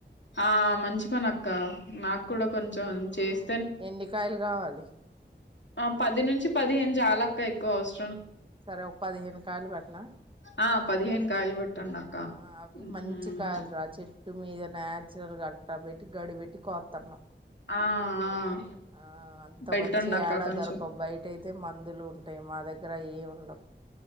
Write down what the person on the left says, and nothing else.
ఆ మంచి పని ఇంకా నాకు కూడా కొంచెం చెస్
ఆ పది నుంచి పదిహేను చాలక్క ఎక్కువ అవసం
ఆ పదిహేను కాయలు పెట్టండి అక్క
ఉమ్
ఆ ఆ
పెట్టండి
అక్క
కొంచెం